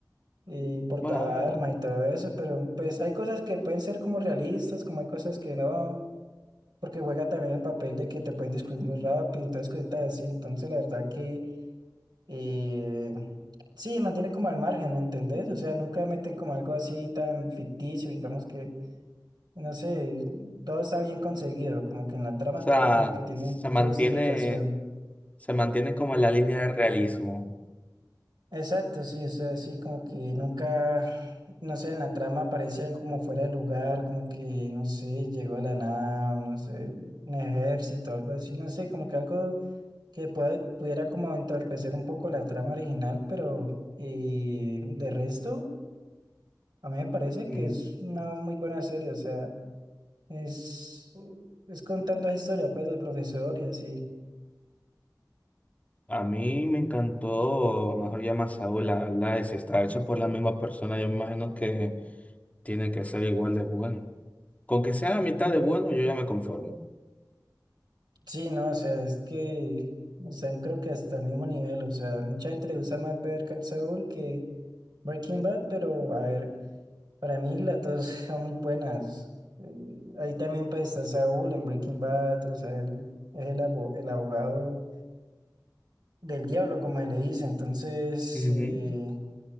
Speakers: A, on the right (about 75°); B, on the left (about 20°).
A: y portaba
B: Bueno, eh,
A: arma y todo eso, pero pues hay cosas que pueden ser como realistas, como hay cosas que no. porque juega también el papel de que te pueden descubrir muy rápido, entonces cositas así, entonces la verdad que eh, sí, mantiene como al margen, ¿me entendés? O sea, nunca meten como algo así tan ficticio, digamos que, no sé, todo está bien conseguido, como que en la trama
B: o sea,
A: todo como que tiene
B: se mantiene
A: su justificación.
B: Se mantiene como en la línea de realismo.
A: Exacto, sí, o sea, sí, como que nunca, no sé, en la trama aparece algo como fuera de lugar, como que, no sé, llegó de la nada, no sé, un ejército, algo así, no sé, como que algo que puede- pudiera como entorpecer un poco la trama original, pero eh, de resto, a mí me parece que
B: Mm,
A: es una muy buena serie, o sea, es, es contando la historia pues del profesor y así.
B: A mí me encantó, mejor llama a Saúl, la verdad, y si está hecho por la misma persona, yo me imagino que tiene que ser igual de bueno. Con que sea la mitad de bueno, yo ya me conformo.
A: Sí, no, o sea, es que están creo que hasta el mismo nivel, o sea, mucha gente le gusta más ver Call Saul que Breaking Bad, pero a ver, para mí las dos <laughs> son muy buenas. Eh, ahí también pues está Saúl en Breaking Bad, o sea, él es el abo- el abogado del diablo, como se le dice. Entonces,
B: Ujú.
A: eh,